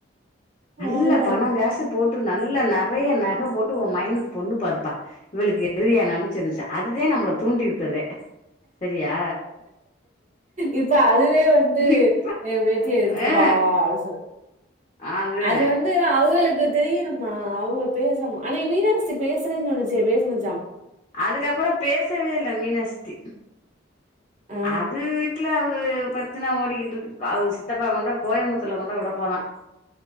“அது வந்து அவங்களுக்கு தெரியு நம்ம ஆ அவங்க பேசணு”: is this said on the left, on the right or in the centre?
Right